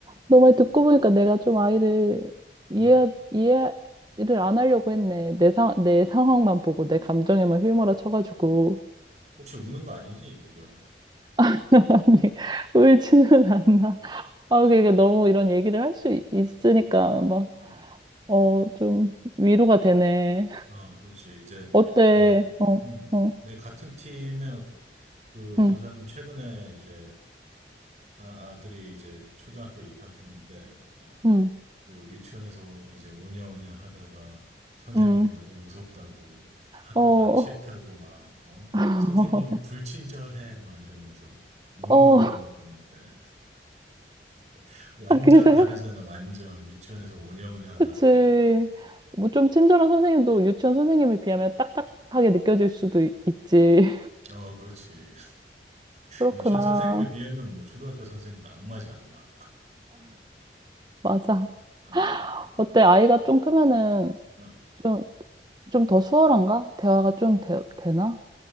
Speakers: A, on the right (about 25°); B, on the right (about 40°).
A: 너 말 듣고 보니까 내가 좀 아이를 이해,
B: 어.
A: 이해를 안 하려고 했네. 내 상, 내 상황만 보고 내 감정에만 휘몰아 쳐가지고.
B: 혹시 우는 거 아니지, 지금?
A: <laughs> 아니, 울지는 않나. 아, 그러니까 너무 이런 얘기를 할 수 있으니까 막,
B: 응.
A: 어, 좀 위로가 되네.
B: 아, 그렇지. 이제,
A: 어때?
B: 그,
A: 어,
B: 음,
A: 어,
B: 내 같은 팀의 어- 그 어떤
A: 응,
B: 사람은 최근에 이제, 아, 아들이 이제 초등학교에 입학했는데, 어,
A: 응,
B: 그 유치원에서 이제 오냐오냐 하다가 선생님이
A: 응,
B: 너무 무섭다고, 학교
A: 어,
B: 가기 싫다고 막, 어,
A: <laughs>
B: 선생님이 불친절해, 막 이러면서 눈물을
A: 어,
B: 흘렸다는데, <laughs> 완전
A: 아, 그래?
B: 다르잖아, 완전. 유치원에서 오냐오냐 하다가.
A: 그치. 뭐 좀 친절한 선생님도 유치원 선생님에 비하면 딱딱하게 느껴질 수도 있- 있지. <laughs>
B: 어, 그렇지.
A: 그렇구나.
B: 유치원 선생님에 비하면 뭐 초등학교 선생님은 악마지 악마.
A: 맞아.
B: 어,
A: 어때? 아이가 좀 크면은
B: 어.
A: 좀, 좀 더 수월한가? 대화가 좀 되, 되나?